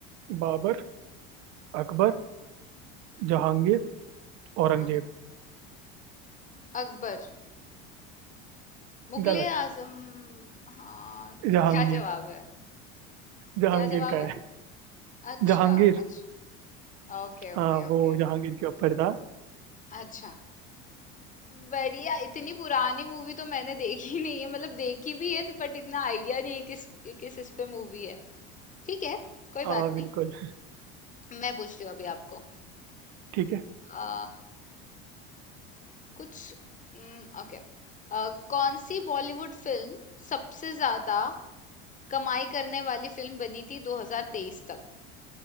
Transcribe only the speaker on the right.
बाबर अकबर जहांगीर औरंगजेब
गलत
जहांगीर
जहांगीर
का
है
जहांगीर
हाँ
वो जहांगीर के ऊपर था
हाँ
बिल्कुल
ठीक है